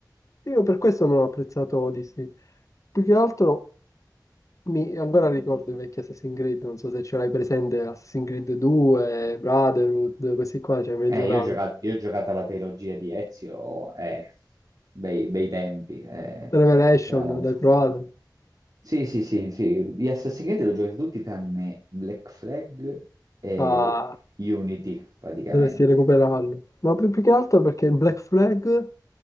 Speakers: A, on the left (about 45°); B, on the right (about 55°).
A: Io per questo non ho apprezzato Odyssey. Più che altro mi ancora ricordo i vecchi Assassin's Creed, non so se ce l'hai presente, Assassin's Creed 2, Brotherhood, questi qua, cioè mi hai
B: Eh,
A: giocato.
B: io ho giocato, io ho giocato alla trilogia di Ezio, eh, bei, bei tempi, eh,
A: Revelation,
B: era molto.
A: l'hai provato?
B: Sì, sì, sì, sì, gli Assassin's Creed l'ho giocati tutti tranne Black Flag e
A: Ah,
B: Unity, praticamente.
A: Dovresti recuperarlo. Ma più, più che altro perché Black Flag,